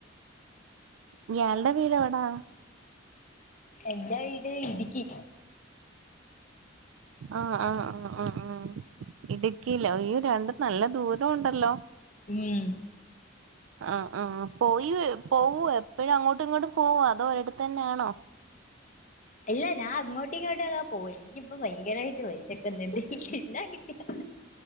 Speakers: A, on the right (about 80°); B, on the left (about 40°).
A: ഇയാൾടെ വീടെവിടാ.
B: എന്റെ വീട് ഇട്ക്കി.
A: ആഹ് ആഹ് ആഹ് ആഹ് ആഹ്. ഇടുക്കിയിലോ അയ്യൊ രണ്ടും നല്ല ദൂരൊ ഉണ്ടല്ലോ.
B: ഉം.
A: ആഹ് ആഹ് പോയി വരു പോവ്യേ എപ്പഴു അങ്ങോട്ടു ഇങ്ങോട്ടും പോവാ അതോ എടുത്തന്നാണോ. തന്നെയാണോ
B: ഇല്ല ഞാൻ അങ്ങോട്ടു ഇങ്ങോട്ടു ഒക്കെ പോയി എനിക്കിപ്പോ ഭയങ്കരായിട്ട് വെശക്കുന്ന് എന്തെങ്കില് തിന്നാ കിട്ടിയാ.